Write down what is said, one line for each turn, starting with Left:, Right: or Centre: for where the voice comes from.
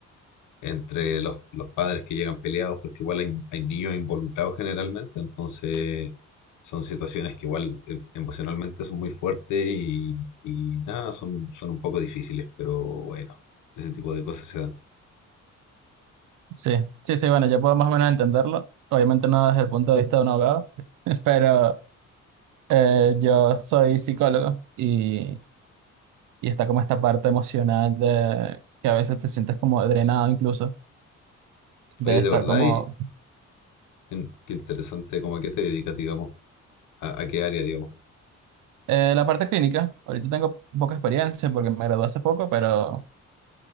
Left: entre los, los padres que llegan peleados, porque igual hay, hay niños involucrados generalmente, entonces son situaciones que igual eh, emocionalmente son muy fuertes y, y nada, son, son un poco difíciles, pero bueno, ese tipo de cosas se dan.
Right: Sí, sí, sí, bueno, yo puedo más o menos entenderlo. Obviamente no desde el punto de vista de un abogado, <laughs> pero eh, yo soy psicólogo y, y está como esta parte emocional de que a veces te sientes como drenado incluso, de
Left: Oye,
Right: estar
Left: de verdad,
Right: como...
Left: y, en- qué interesante, cómo a qué te dedicas, digamos, a, a qué área, digamos.
Right: eh, la parte clínica, ahorita tengo poca experiencia porque me gradué hace poco, pero,